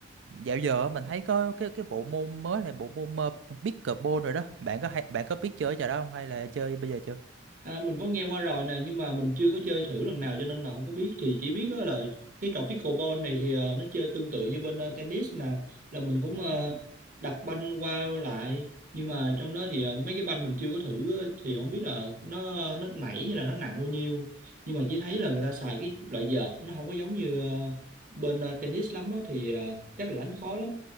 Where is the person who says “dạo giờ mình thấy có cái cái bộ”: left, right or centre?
Right